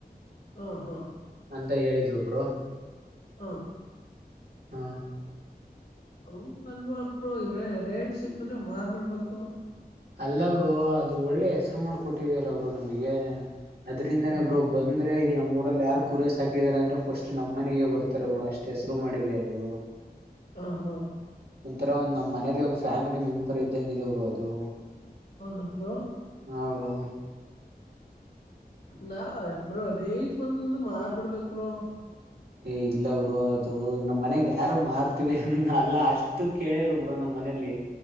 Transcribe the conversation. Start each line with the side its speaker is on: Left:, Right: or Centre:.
Left: ಹಾ ಹಾ.
Right: ಅಂತ ಹೇಳಿದ್ರು ಬ್ರೋ.
Left: ಹಾ.
Right: ಹಾ
Left: ಹಂಗ ಅಲ್ವಾಪ್ ರೇಟ್ ಸಿಕ್ಕಿದ್ರೆ ಮಾರಿಬಿಡ್ಬೇಕು.
Right: ಅಲ್ಲ ಬ್ರೋ ಅದು ಒಳ್ಳೆ ಹೆಸರು ಮಾಡಕೊಟ್ಟಿದಲ್ಲ ಬ್ರೋ ನಮಗೆ - ಅದ್ರಿಂದನೆ
Left: ಹಾ
Right: ಬ್ರೋ ಬಂದ್ರೆ ಇಲ್ಲ ನಮ್ಗೆ - ನಮ್ಮೂರಲ್ಲಿ ಯಾರು ಕುರಿ ಸಾಕಿದ್ದಾರೆ ಅಂದ್ರೆ ಫಸ್ಟ ನಮ್ಮ ಮನೆಗೆ ಬರ್ತಾರ ಅವರು ಅಷ್ಟ ಹೆಸರು ಮಾಡಿದೆ ಅದು
Left: ಹಾ ಹಾ
Right: ಒಂಥರ ಒಂದ್ ನಮ್ಮ ಮನೇಲಿ ಒಂದ್ ಫ್ಯಾಮಿಲಿ ಮೆಂಬರ್ ಇದ್ದಂಗಿದೆ ಬ್ರೋ ಅದು.
Left: ಹೌದಾ ಬ್ರೋ.
Right: ಹಾ ಬ್ರೋ
Left: ನಾ ಬ್ರೋ ರೇಟ್ ಬಂದಂದ್ರೆ ಮಾರಿಬಿಡ್ಬೇಕ್ ಬ್ರೋ.
Right: ಏ ಇಲ್ಲ ಬ್ರೋ ಅದು ನಮ್ಮ್ ಮನೆಗ್ ಯಾರು ಮಾರ್ತೀವಿ ಅಲ್ಲ ಅಷ್ಟು ಕೇಳಿದ್ರು ಬ್ರೋ ನಮ್ಮ್. ಮನೇಲಿ